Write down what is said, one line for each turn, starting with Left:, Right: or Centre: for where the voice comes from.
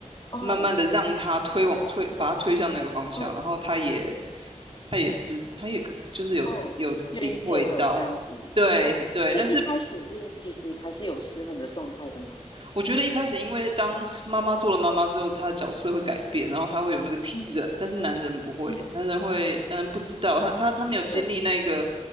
Left: 哦
Right: 慢慢的让他推往推，把他推向那个方向，
Left: 哦
Right: 然后他也他也知，他也可就是有有领会到，
Left: 哦，愿意配合这样子，嗯，
Right: 对对，
Left: 所以一开始是其实还是有失衡的状态的嘛，
Right: 但是我觉得一开始，因为当妈妈做了妈妈之后，她的角色会改变，然后她会有那个体认，
Left: 嗯
Right: 但是男人不会，
Left: 嗯
Right: 男人会，男人不知道，他他他没有经历那个
Left: 嗯，对，